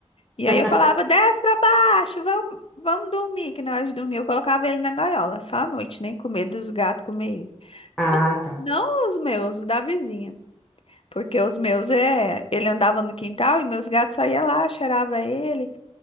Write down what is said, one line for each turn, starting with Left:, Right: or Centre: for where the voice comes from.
Left: E aí
Centre: <laughs>
Left: eu falava, desce pra baixo, vamos, vamos dormir, que na hora de dormir eu colocava ele na gaiola, só à noite, né? Com medo dos gatos comer ele.
Centre: Ah,
Left: Não,
Centre: tá.
Left: não os meus, os da vizinha. Porque os meus, é, ele andava no quintal e meus gatos só iam lá, cheirava ele